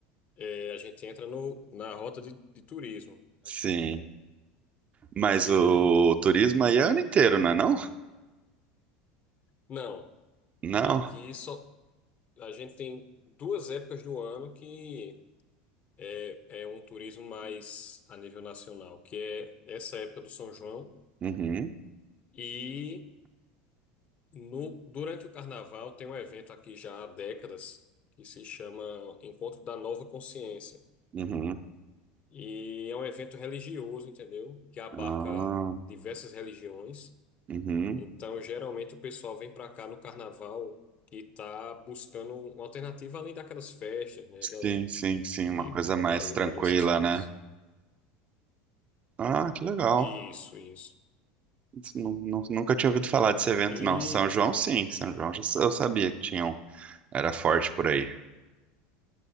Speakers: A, on the left; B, on the right.
A: É, a gente entra no, na rota de, de turismo aqui.
B: Sim. Mas
A: E
B: o turismo aí é ano inteiro, não é não?
A: não,
B: Não.
A: aqui só a gente tem duas épocas do ano que é, é um turismo mais a nível nacional, que é essa época do São João
B: Uhum,
A: e no, durante o Carnaval tem um evento aqui já há décadas que se chama Encontro da Nova Consciência.
B: uhum.
A: E é um evento religioso, entendeu? Que abarca
B: Ah,
A: diversas religiões.
B: uhum.
A: Então, geralmente o pessoal vem para cá no carnaval que tá buscando uma alternativa além daquelas festas, né, do,
B: Sim, sim, sim, uma
A: de
B: coisa mais
A: barulho,
B: tranquila,
A: essas coisas.
B: né? Ah, que legal.
A: Isso, isso.
B: Não- não- Nunca tinha ouvido falar desse evento,
A: E
B: não. São João, sim. São João, já- eu sabia que tinham Era forte por aí.